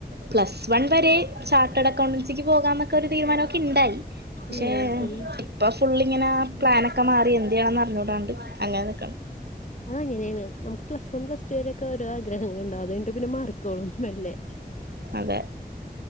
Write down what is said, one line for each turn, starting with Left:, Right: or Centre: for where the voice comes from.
Right: പ്ലസ് വൺ വരെ ചാർട്ടേഡ് അക്കൗണ്ടൻസിക്ക് പോകാന്നൊക്കെ ഒരു തീരുമാനമൊക്കെ ഉണ്ടായി ക്ഷെ
Left: ഉം പിന്നെ
Right: ഇപ്പ ഫുൾ ഇങ്ങനെ പ്ലാനൊക്കെ മാറി എന്തെയ്യെണെന്ന് അറിഞ്ഞൂടാണ്ട് അങ്ങനെ നിക്കണ്
Left: അതങ്ങനെണ് നമുക്ക് പ്ലസ് വൺ പ്ലസ് ടു വരെ ഒക്കെ ഓരോ ആഗ്രഹങ്ങൾ ഉണ്ടാവും അത് കഴിഞ്ഞിട്ട് പിന്നെ മാറിക്കോളും മെല്ലെ
Right: അതെ